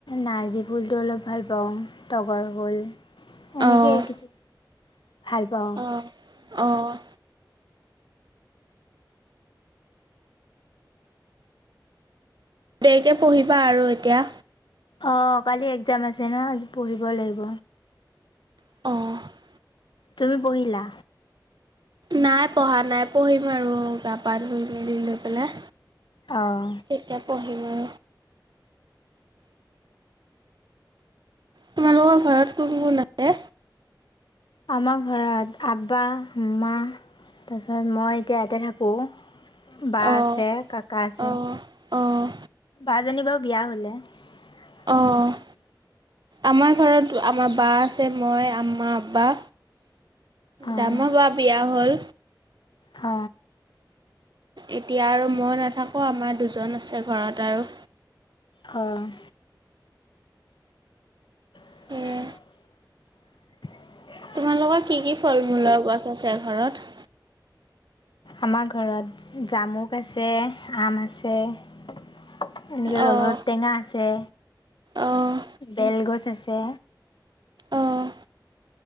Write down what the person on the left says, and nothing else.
নাৰ্জী ফুলটো অলপ ভাল পাওঁ তগৰ ফুল। এনেকেই
কিছু ভাল পাওঁ।
অঁ কালি এক্জাম আছে ন আজি পঢ়িব লাগিব।
তুমি পহিলা।
অঁ
আমাৰ ঘৰত আব্বা মা তাৰপিছত মই এতিয়া ইয়াতে থাকোঁ। বা
আছে কাকা আছে
বা জনী বাৰু বিয়া হলে। <unintelligible>
অঁ
অ।
অ'! <unintelligible>
আমাৰ ঘৰত, জামুক আছে, আম আছে। এনেকে
ৰবাৱ টেঙা আছে,
বেল গছ আছে।